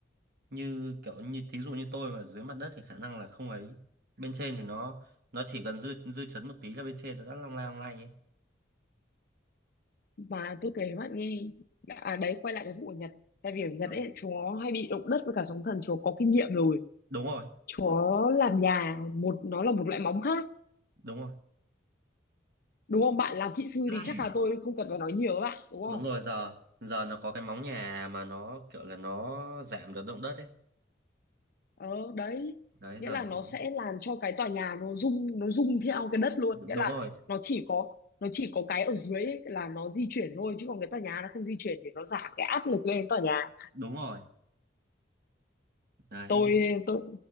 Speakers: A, on the right; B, on the left.
A: như kiểu như thí dụ như tôi mà dưới mặt đất thì khả năng là không ấy bên trên thì nó nó chỉ cần dư dư chấn một tí là bên trên nó đã long lay long lay ấy
B: Mà tôi kể với bạn nghe, à đấy, quay lại cái vụ ở Nhật. Tại vì ở Nhật
A: Ờ,
B: ấy, chúa hay bị động đất với cả sóng thần, chúa có kinh nghiệm rồi.
A: đúng rồi
B: Chúa làm nhà, một nó là một loại móng khác.
A: đúng rồi
B: Đúng không? Bạn làm kỹ sư
A: Ai,
B: thì chắc là tôi không cần phải nói nhiều với bạn, đúng không?
A: đúng rồi giờ giờ nó có cái móng nhà mà nó kiểu là nó giảm được động đất ấy
B: ờ đấy
A: đấy
B: nghĩa
A: giờ
B: là
A: nó
B: nó
A: có
B: sẽ làm cho cái tòa nhà nó rung nó rung theo cái đất luôn
A: đúng
B: nghĩa là
A: rồi
B: nó chỉ có nó chỉ có cái ở dưới ấy là nó di chuyển thôi chứ còn cái tòa nhà nó không di chuyển để nó giảm cái áp lực lên tòa nhà
A: đúng rồi đấy
B: tôi tôi